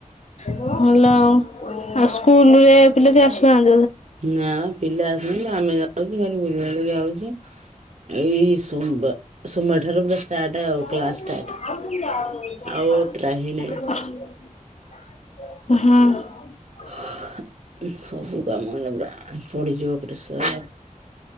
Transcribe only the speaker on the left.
ଭଲ ଆଉ, ଆଉ ସ୍କୁଲ ରେ ପିଲା କିଏ ଆସୁ ନାହାନ୍ତି।
<unintelligible>
ହୁଁ।